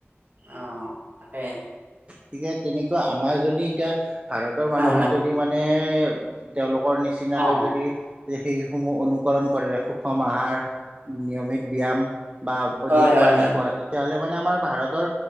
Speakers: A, on the right; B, on the right.
A: অ তাকে
B: তিকে তেনেকুৱা আমাৰ যদি এতিয়া ভাৰতৰ মানুহে
A: হয়, হয়।
B: যদি মানে তেওঁলোক পৰা নিচিনাকৈ
A: অ'
B: যদি যে সেইসমূহ অনুকৰণ কৰে সুষম আহাৰ নিয়মিত ব্যয়াম বা অধিক
A: হয়, হয়,
B: পানী
A: হয়,
B: খোৱা তেতিয়াহ'লে মানে আমাৰ ভাৰতৰ